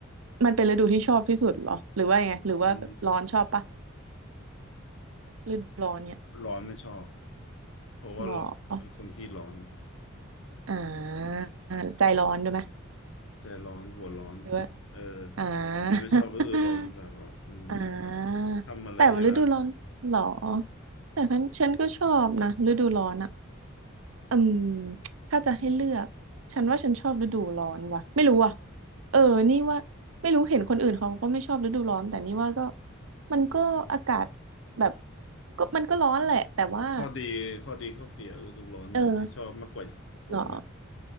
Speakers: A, on the right (about 70°); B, on the left (about 65°).
A: มันเป็นฤดูที่ชอบที่สุดเหรอหรือว่ายังไงหรือว่าแบบร้อนชอบปะ
B: เป็น
A: ฤดูร้อนเนี่ย
B: ร้อนไม่ชอบเพราะว่าเราเป็นคนขี้ร้อน
A: หรออ่าใจร้อนด้วยไหม
B: แต่ร้อนหัวร้อน
A: หรือว่า
B: เออ
A: อ่า
B: แต่ไม่ชอบก็คือร้อนแบบว่าอืม
A: <laughs> อ่า
B: ทำอะไรยาก
A: แต่ว่าฤดูร้อนเหรอแต่ฉันฉันก็ชอบนะฤดูร้อนอ่ะอืมถ้าจะให้เลือกฉันว่าฉันชอบฤดูร้อนว่ะไม่รู้อ่ะเออนี่ว่าไม่รู้เห็นคนอื่นเขาก็ไม่ชอบฤดูร้อนแต่นี่ว่าก็มันก็อากาศแบบก็มันก็ร้อนแหละแต่ว่า
B: ขอข้อดีข้อดีข้อเสียฤดูร้อนไหนที่ชอบมากกว่าฝนป่ะ
A: เออเหรอ